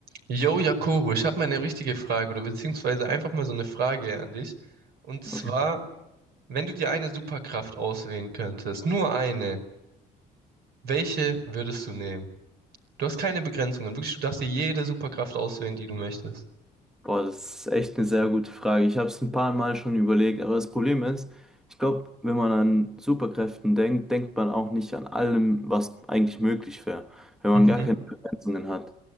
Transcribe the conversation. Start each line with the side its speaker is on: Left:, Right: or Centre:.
Right: Yo, Jakobo, ich habe mal eine richtige Frage oder beziehungsweise einfach mal so eine Frage an dich. Und zwar,
Centre: Okay.
Right: wenn du dir eine Superkraft auswählen könntest, nur eine, welche würdest du nehmen? Du hast keine Begrenzungen, wirklich, du darfst dir jede Superkraft auswählen, die du möchtest.
Centre: Boah, das ist echt eine sehr gute Frage. Ich habe es ein paar Mal schon überlegt, aber das Problem ist, ich glaube, wenn man an Superkräften denkt, denkt man auch nicht an allem, was eigentlich möglich wäre, wenn man
Right: Mhm,
Centre: gar keine Begrenzungen hat.